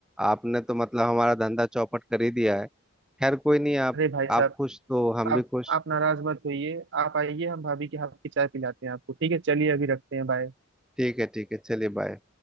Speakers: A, in the centre; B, on the right.
A: आपने तो मतलब हमारा धंधा चौपट कर ही दिया है खैर कोई नहीं आप
B: अरे भाई साहब
A: आप खुश तो हम भी
B: आप
A: खुश
B: आप नाराज मत होइए आप आइए हम भाभी के हाथ की चाय पिलाते हैं आपको ठीक है चलिए अभी रखते हैं बाय
A: ठीक है ठीक है चलिए बाय